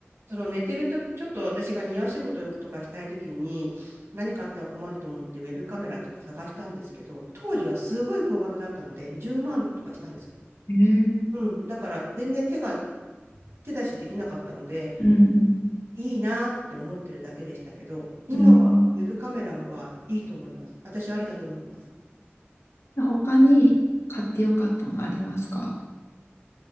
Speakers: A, on the right (about 70°); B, on the left (about 75°).
A: その寝てるとき、ちょっと私が庭仕事とかしたいときに、何かあっては困ると思ってウェブカメラとか探したんですけど、当時はすごい高額だったので、10万とかしたんですよ。
B: えー、
A: うん、だから全然手が手出しできなかったので
B: うん
A: いいなって思ってるだけでしたけど今はウェブカメラはいいと思います私ありだと思います
B: うん、うん。他に買ってよかったのありますか